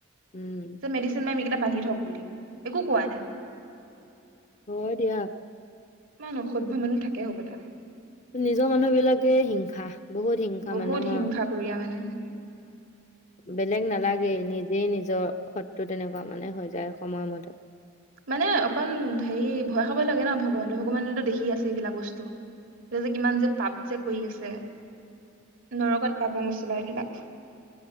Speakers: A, on the left; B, on the right.
A: উম
B: যে মেডিচিন নাই কেইটা বান্ধি থওক বুলি একো কোৱা নাই
A: হয় দিয়া
B: ইমান অসভ্য মানুহ থাকেই হ'ব লা
A: নিজৰ মানুহ বিলাকে হিংসা বহুত হিংসা
B: বহুত
A: মানুহৰ
B: হিংসা কৰিয়া মানে
A: বেলেগ নালাগে নিজেই নিজ নিজৰ শত্ৰু তেনেকুৱা মানে হৈ যায় সময়মতে
B: মানে অকন হেৰি ভয় খব লাগে ন ভগৱানলৈ ভগৱানেতো দেখি আছে এইবিলাক বস্তু এই যে কিমান যে পাপ যে কৰি আছে নৰকত পাব মছলা এইবিলাক